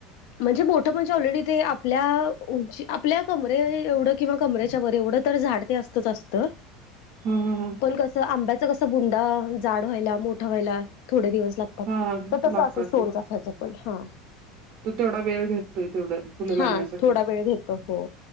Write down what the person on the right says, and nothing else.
हा हा.
हा
लागतात
ते
तो तेवढा वेळ घेतोय, तेवढ्या फुलं लागण्यासाठी